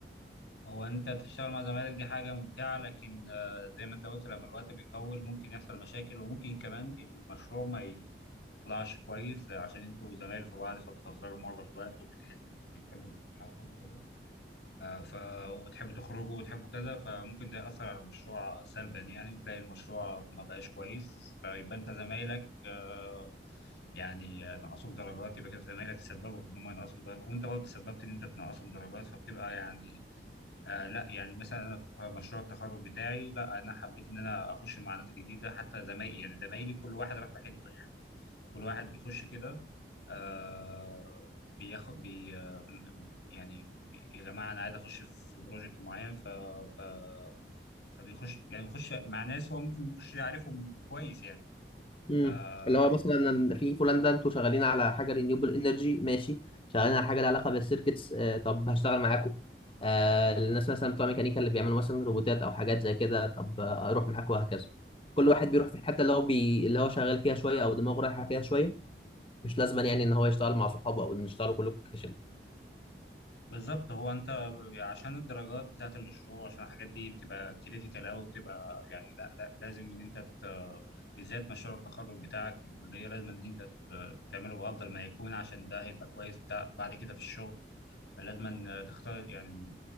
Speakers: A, on the left; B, on the left.
A: هو انت تشتغل مع زمايلك دي حاجه ممتعه لكن آه، زي ما انت قلت لما الوقت بيطول ممكن يحصل مشاكل وممكن كمان المشروع ما ي- يطلعش كويس لا- عشان انتوا زمايل في بعض فبتهزروا معظم الوقت وبتحس بتحبوا تضحكوا وكده آه، ف وتحبوا تخرجوا وتحبوا كذا فممكن ده يأثر على المشروع سلبا يعني وتلاقي المشروع ما بقاش كويس فيبقى انت زمايلك آه، يعني نقصوك درجات يبقى كده زمايلك تسببوا في ان هم ينقصوا درجات وانت برضه تسببت ان انت تنقصهم درجات فبتبقى يعني آه لا يعني مثلا انا في مشروع التخرج بتاعي لا انا حبيت ان انا اخش مع ناس جديده حتى زمايلي يعني زمايلي كل واحد راح بحته يعني كل واحد بيخش كده آه بياخد بي آه يعني بي- يا جماعه انا عايز اخش في بروجكت معين ف ف فبيخش يعني بيخش مع ناس هو ممكن بيخش يعرفهم كويس يعني
B: امم
A: آه،
B: اللي هو مثلا في بولندا انتوا شغالين على حاجه رينيوبل انرجي ماشي شغالين على حاجه لها علاقه بالسيركتس آه طب هشتغل معاكم آه الناس مثلا بتوع ميكانيكا اللي بيعملوا مثلا روبوتات او حاجات زي كده طب آه، اروح معاكم وهكذا كل واحد بيروح في الحته اللي هو بي... اللي هو شغال فيها شويه او دماغه رايحه فيها شويه مش لازم يعني ان هو يشتغل مع صحابه او ان يشتغلوا كلكم كشري
A: بالظبط هو انت عشان الدرجات بتاعت المشروع عشان الحاجات دي بتبقى كريتيكال قوي بتبقى يعني لا لا لازم ان انت ت... بالذات مشروع التخرج بتاعك في الكليه لازم ان انت ت... تعمله بافضل ما يكون عشان ده هيبقى كويس بتاع بعد كده في الشغل فلازم ان تختار يعني